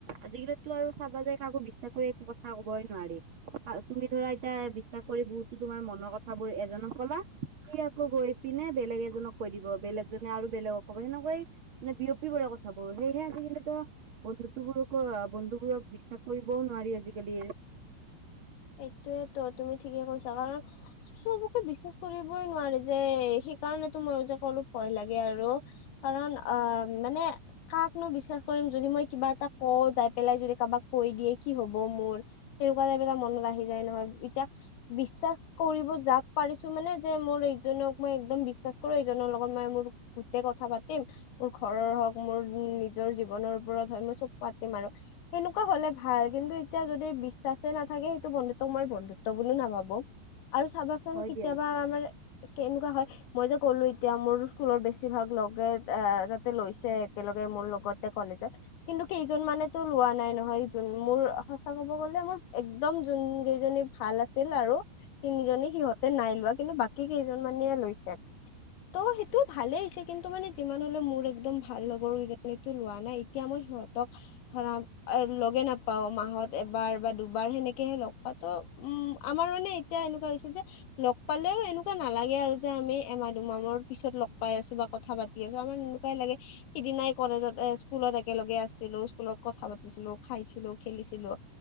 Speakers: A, on the right (about 85°); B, on the left (about 85°).
A: আজিকালিটো আৰু চাবা যে, কাকো বিশ্বাস কৰি একো কথা কবয়ে ন নোৱাৰি। আৰু তুমি ধৰা, এতিয়া বিশ্বাস কৰি বহুতো তোমাৰ মনৰ কথাবোৰ এজনক কলা, সি আকৌ গৈ পি পিনে বেলেগ এজনক কৈ দিব। বেলেগজনে আৰু বেলেগক ক'ব, সেনেকুৱাই মানে বিয়পি কৰে ক থাবোৰ। সেয়েহে আজিকালিতো বন্ধুত্ববোৰকো- বন্ধুবোৰক বিশ্বাস কৰিবও নোৱাৰি আজিকালি। <unintelligible>
B: সেইটোৱেতো। তুমি ঠিকে কৈছা, কাৰণ চবকে বিশ্বাস কৰিবই নোৱাৰি যে সেইকাৰণেতো মই যে কলো ভয় লাগে আৰু, কাৰণ অ' মানে কাকনো বিশ্বাস কৰিম যদি মই কিবা এটা কও, যাই পেলাই কাৰোবাক কৈ দিয়ে, কি হ'ব মোৰ? তেনেকুৱা টাইপ এটা মন আহি যায় নহয়। এতিয়া বিশ্বাস কৰিব যাক পাৰিছোঁ, মানে যে মোৰ এইজনক মই একদম বিশ্বাস কৰোঁ, এইজনৰ লগত মই মোৰ গোটে কথা পাতিম, মোৰ ঘৰৰ হওঁক, মোৰ নিজৰ জীৱন ৰ ওপৰত হয়, মই চব পাতিম আৰু। সেনেকুৱা হ'লে ভাল। কিন্তু এতিয়া যদি বিশ্বাসে নাথাকে তো বন্ধুত্বক মই বন্ধুত্ব বুলিও নাভাবোঁ। আৰু চাবাচোন
A: হয়
B: কেতিয়াবা
A: দিয়া
B: আমাৰ কেনেকুৱা হয় মই যে ক'লো এতিয়া, মোৰ স্কুলত বেছিভাগ লগে অ' তাতে লৈছে একেলগে মোৰ লগতে কলেজত। কিন্তু কেইজন মানেতো লোৱা নাই নহয় যোন, মোৰ সঁচা ক'ব গ'লে মোৰ এ দম যোনকেইজনী ভাল আছিল আৰু, তিনিজনী, সিহঁতে নাই লোৱা। কিন্তু বাকী কেইজন মানে লৈছে। তো সেইটো ভালে হৈছে। কিন্তু মানে যিমান হ'লেও মোৰ একদম ভাল লগৰকেজনীতো লোৱা নাই। এতিয়া মই সিহঁতক ধৰা, অ' লগে নাপাওঁ। মাহত এবাৰ বা দুবাৰ সেনে কে লগ পাতো। উম আমাৰ মানে এতিয়া এনেকুৱা হৈছে যে, লগ পালেও এনেকুৱা নালাগে আৰু যে আ মি এমাহ-দুমাহ মুৰৰ পিছত লগ পাই আছোঁ বা কথা পাতি আছোঁ। আমাৰ এনেকুৱাই লাগে সিদিনাই কলেজত অ'- স স্কুলত একেলগে আছিলোঁ, স্কুলত কথা পাতিছিলোঁ খাইছিলোঁ, খেলিছিলোঁ।